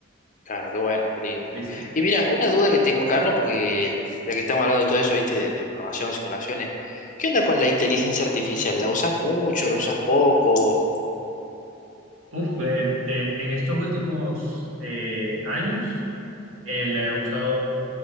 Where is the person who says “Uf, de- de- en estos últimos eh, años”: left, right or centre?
Right